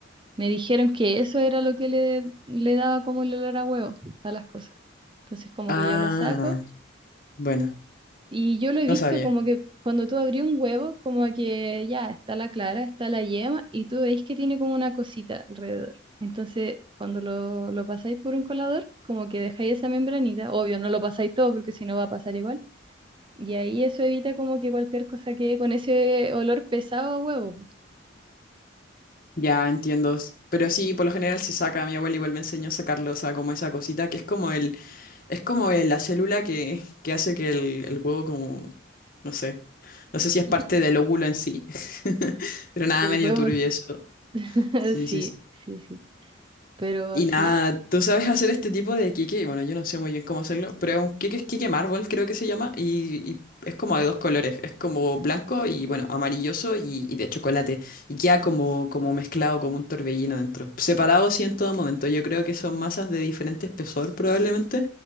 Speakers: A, on the right; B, on the left.
A: Me dijeron que eso era lo que le, le daba como el olor a huevo a las cosas. Entonces como
B: Ah,
A: que yo lo saco
B: bueno,
A: y yo lo he
B: no
A: visto
B: sabía.
A: como que cuando tú abrí un huevo, como que ya está la clara, está la yema y tú veis que tiene como una cosita alrededor. Entonces cuando lo, lo pasáis por un colador, como que dejáis esa membranita, obvio no lo pasáis todo porque si no va a pasar igual y ahí eso evita como que cualquier cosa quede con ese olor pesado a huevo.
B: Ya entiendo. S- Pero sí, por lo general se saca. Mi abuela igual me enseñó a sacarlo, o sea, como esa cosita que es como el, es como el- la célula que, que hace que el, el huevo como, no sé, no sé si es parte
A: <laughs>
B: del óvulo en sí. <laughs> Pero nada,
A: Que el
B: medio
A: huevo,
B: turbio
A: es-
B: eso.
A: <laughs>
B: Sí, sí,
A: sí,
B: sí.
A: sí, sí. Pero
B: Y
A: sí,
B: nada, tú sabes hacer este tipo de queque. Bueno, yo no sé muy bien cómo hacerlo, pero es un queque es queque mármol, creo que se llama. Y, y es como de dos colores. Es como blanco y, bueno, amarilloso y, y de chocolate. Y queda como, como mezclado, como un torbellino dentro. Separado, sí, en todo momento. Yo creo que son masas de diferente espesor, probablemente,